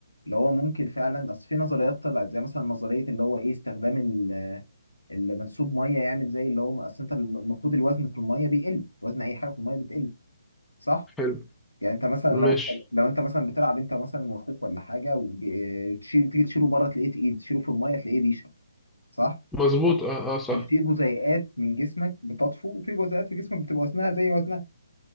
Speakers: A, on the left; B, in the centre.
A: اللي هو ممكن فعلا اصل في نظريات طلعت زي مثلا نظريه اللي هو ايه استخدام ال- المنسوب ميه يعمل زي اللي هو اصل انت المفروض الوزن في الميه بيقل وزن اي حاجه في الميه بتقل صح؟
B: حلو
A: يعني انت مثلا لو
B: ماشي
A: لو انت مثلا بتلعب انت مثلا واخوك ولا حاجه وتشيل تيجي تشيله بره تلاقيه تقيل تشيله في الميه تلاقيه ريشه صح
B: مظبوط اه اه صح
A: عشان في جزيئات من جسمك بتطفو وفي جزيئات في جسمك بتبقى وزنها زي وزنها